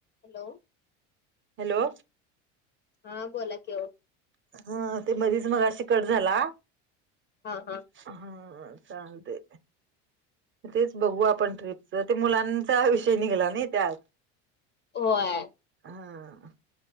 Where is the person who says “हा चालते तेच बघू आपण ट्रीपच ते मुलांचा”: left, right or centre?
Right